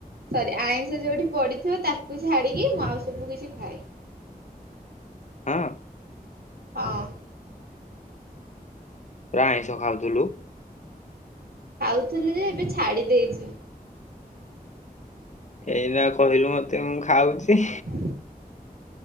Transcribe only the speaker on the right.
ସରି ଆଇଁଷ ଯୋଉଠି ପଡ଼ିଥିବ। ତାକୁ ଛାଡ଼ିକି ମୁଁ ଆଉ ସବୁ କିଛି ଖାଏ।
ହଁ।
ଖାଉଥିଲି ଯେ ଏବେ ଛାଡି ଦେଇଚି।
<inaudible>